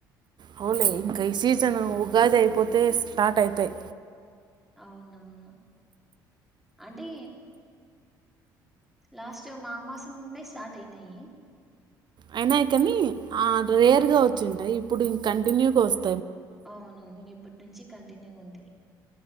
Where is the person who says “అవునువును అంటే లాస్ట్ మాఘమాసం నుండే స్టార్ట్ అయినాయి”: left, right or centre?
Centre